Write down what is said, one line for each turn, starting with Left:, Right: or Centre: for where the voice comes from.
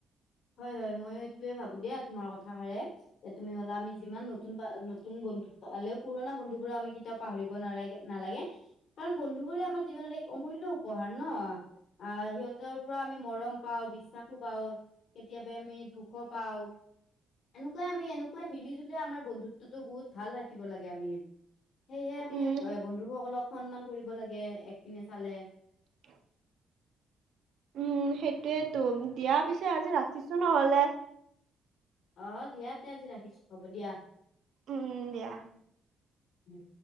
Left: হয় হয় মইয়ো এইটোয়ে ভাবো দিয়া তোমাৰ কথা হাৰে যে তুমি হলা আমি যিমান নতুন নতুন বন্ধুত পালেও পুৰণা বন্ধু বোৰক আমি কেতিয়াও পাহৰিব নালাগে নালাগে কাৰণ বন্ধু বোৰে আমাৰ জীৱনত এক অমূল্য উপহাৰ ন, আহ সিহঁতৰ পৰা আমি মৰম পাওঁ বিশ্বাসো পাওঁ। কেতিয়াবা আমি দুখো পাওঁ এনেকোৱাই আমি এনেকোৱাই মিলি জুলিয়ে আমাৰ বন্ধুত্বটো বহুত ভাল ৰাখিব লাগে আমি সেয়েহে আমি
Right: উম
Left: এ বন্ধুসকলক সন্মান কৰিব লাগে একপিনে চালে
Right: <unintelligible> উম! সেইটোয়েতো দিয়া পিছে আজি ৰাখিছোঁ নহলে
Left: অ দিয়া তে আজি ৰাখিছো হ'ব দিয়া
Right: উম দিয়া
Left: উম!